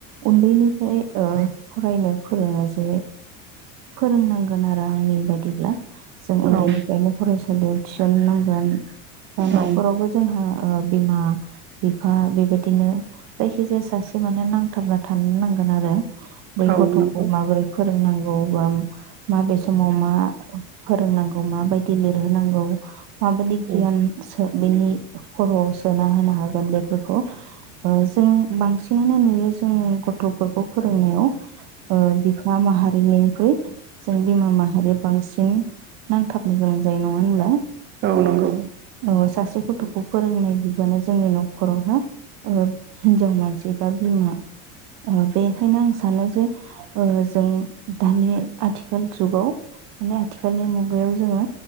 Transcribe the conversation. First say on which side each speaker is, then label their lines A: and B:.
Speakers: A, on the right; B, on the right.
A: उन्दैनिफ्राय ओ फरायनो फोरोङो जे फोरोंनांगोन आरो आंनि बादि ब्ला जों
B: औ
A: उन्दैनिफ्रायनो फरायसालियाव थिसननांगोन। बा न'खरावबो
B: औ
A: जोंहा ओ बिमा बिफा बेबायदिनो जायखिजाया सासे माने नांथाबना थानो नांगोन आरो। बै
B: औ
A: गथ'खौ
B: नंगौ
A: माबोरै फोरोंनां गौ बा माबे समाव मा फोरोंनांगौ माबायदि लिरहोनांगौ। माबादि
B: औ
A: गियान सो बेनि खर'आव सोना होनो हागोन बेफोरखौ जों बांसिनानो नुयो जों गथ'फोरखौ फोरोंनायाव ओ बिफा माहारिनिख्रुइ जों बिमा माहारिया बांसि न नांथाबनो गोनां जायो नङा होनब्ला?
B: औ नंगौ
A: अ सासे गथ' खौ फोरोंनाय बिबाना जोंनि न'खरावहााय हिनजाव मानसि बा बिमा बेखायनो आं सानो जे ओ जों दानि आथिखाल जुगाव माने आथिखालनि मुगायाव जोङो